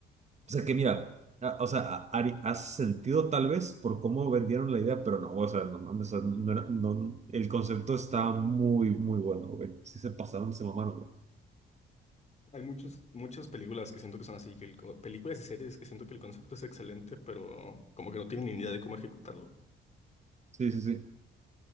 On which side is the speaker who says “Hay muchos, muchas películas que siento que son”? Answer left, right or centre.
Left